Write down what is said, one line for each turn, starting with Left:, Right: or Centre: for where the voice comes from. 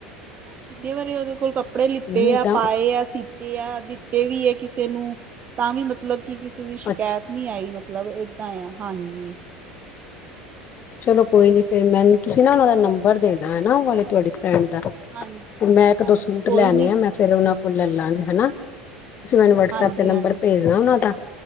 Right: ਕਿੰਨੇ ਵਾਰੀ ਉਹਦੇ ਕੋਲ ਕੱ ਕੱਪੜੇ ਲਿੱਤੇ
Left: ਹਮ
Right: ਆ,
Left: ਤਾਂ
Right: ਪਾਏ ਆ, ਸੀਤੇ ਆ, ਦਿੱਤੇ ਵੀ ਏ, ਕਿਸੇ ਨੂੰ ਤਾਂ ਵੀ ਮਤਲਬ ਕੀ ਕਿਸੇ ਦੀ ਸ਼ਿਕਾਇਤ
Left: ਅੱਛਾ
Right: ਨੀ ਆਈ, ਮਤਲਬ ਏਦਾਂ ਆ ਹਾਂਜੀ
Left: ਚਲੋ ਕੋਈ ਨੀ ਫਿਰ ਮੈਨੂੰ ਤੁਸੀਂ ਨਾ ਉਹਨਾਂ ਦਾ ਨੰਬਰ ਦੇਣਾ ਹੈਨਾ, ਉਹ ਵਾਲੇ ਤੁਹਾਡੀ ਫਰੈਂਡ ਦਾ
Right: ਹਾਂ
Left: ਤੇ ਮੈਂ ਇੱਕ
Right: ਹਾਂਜੀ
Left: ਦੋ ਸੂਟ
Right: ਕੋਈ
Left: ਲੈਣੇੇ
Right: ਨੀ
Left: ਆ, ਮੈਂ ਫਿਰ ਫਿਰ ਉਹਨਾਂ ਕੋਲ ਲੈਲਾਂਗੇ ਹੈਨਾ, ਤੁਸੀਂ ਮੈਨੂੰ ਵਟਸਅਪ
Right: ਹਾਂਜੀ
Left: ਤੇ ਨੰਬਰ
Right: ਹਾਂਜੀ
Left: ਭੇਜਨਾ ਉਹਨਾਂ ਦਾ